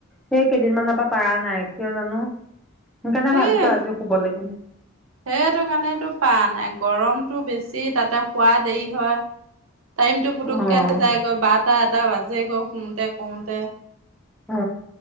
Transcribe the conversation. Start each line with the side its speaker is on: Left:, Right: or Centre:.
Centre: সেই কেইদিনমানৰ পৰা নাই কিয় জানো সেইকাৰণে ভাবিছো
Right: এই
Centre: আজি শুব লাগিব
Right: সেইটো কাৰণেটো পাৰা নাই গৰমটো বেছি তাতে শুৱা দেৰি হয় টাইমটো
Centre: অ',
Right: পুতুককে যাই গৈ বাৰটা এটা বাজে গৈ শুৱতে কৰোতে
Centre: অ